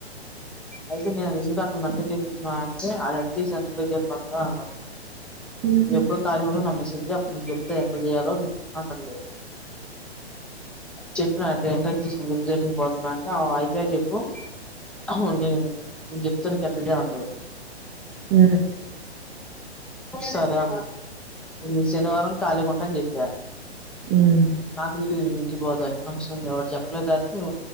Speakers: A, in the centre; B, on the right (about 25°).
A: అయితే నేను ఎందుకట నన్నే చూపిస్తున్నావు అంటే అది ఎంత ఈజీ అక్క నువ్వే చెప్పుబంటది
B: ఉహు
A: ఎప్పుడో కాళీ ఉన్నావో నాకు మెసేజ్ చై అప్పుడు నేను చెప్తే ఎల చేయాలో అంటుంది చెప్పిన అంటే ఇంటర్ <unintelligible> పోతుంనా అంటే అయిపోయాక చెప్పు అవును నేను నేను చెప్తను ఎట్లా చేయాలో అంటుంది
B: హ
A: సరే అన్న శనివారం కళీకుంటా అని చెప్పా
B: ఉమ్
A: నాకు పోతు అన్ని ఫంక్షన్ ఉంది వాటి చెప్పలే కాబట్టి